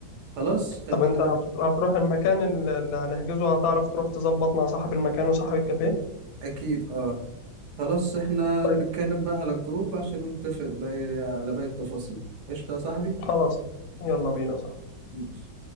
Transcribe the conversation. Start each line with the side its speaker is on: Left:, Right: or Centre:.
Right: خلاص خلينا
Left: طب أنت
Right: بقى
Left: هت- هتروح المكان اللي اللي هنحجزه هتعرف تروح تظبط مع صاحب المكان وصاحب الكافيه؟
Right: اكيد اه خلاص احنا
Left: طيب
Right: نتكلم بقى على الجروب عشان نتفق بقى على باقي التفاصيل قشطه يا صاحبي
Left: خلاص يلا بينا صح
Right: ماشي.